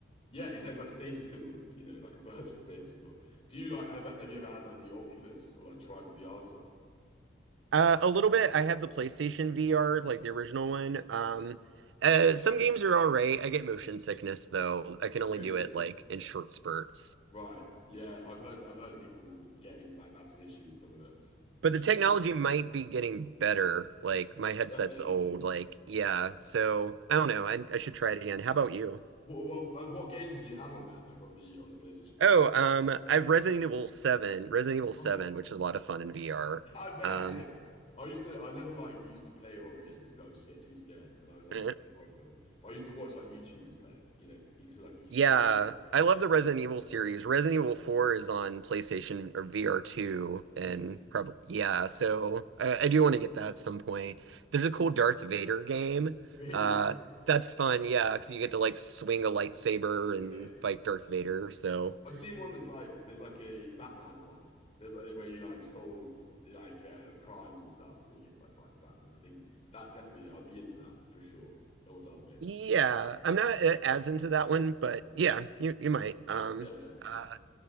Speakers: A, on the left; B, on the right.
A: yeah, exactly. It's like status symbols, you know, like a <laughs> virtual status symbol. Do you like have have you ever had like the Oculus or like tried the VR stuff?
B: uh, a little bit. I have the PlayStation VR, like the original one. Um, uh, some games are all right. I get motion sickness though. I can only
A: Really?
B: do it like in short spurts.
A: Right. Yeah, I've heard I've heard people getting like that's an issue with some of it.
B: But
A: For
B: the
A: sure.
B: technology might be getting better. Like my
A: I
B: headset's
A: bet, yeah.
B: old. Like yeah. So I don't know. I I should try it again. How about you?
A: What, what uh, what games did you have on there? Like on the on the PlayStation VR?
B: Oh, um, I've Resident Evil 7, Resident
A: Nice.
B: Evil 7, which is a lot of fun in VR.
A: <laughs> I bet,
B: Um,
A: mate. I used to I never like used to play horror games because I would just get too scared and I was like
B: eh,
A: scared of horror films. But I used to watch like YouTubers play it, you know? You used to like a YouTuber.
B: yeah, I love the Resident Evil series. Resident Evil 4 is on PlayStation or VR 2, and
A: Is it?
B: probably, yeah, so I, I do want to get that at some point. There's a cool Darth Vader game.
A: Really?
B: Uh, that's fun, yeah, because you get to like swing a lightsaber and
A: Yeah.
B: fight Darth Vader. So,
A: I've seen one that's like there's like a Batman one. There's like where you like solve like uh, crimes and stuff, and then you get to like fight as Batman. I think that definitely I'd be into that for sure. Or Darth Vader.
B: yeah, I'm not uh, as into that one, but yeah, you, you might. Um,
A: Yeah, yeah.
B: uh,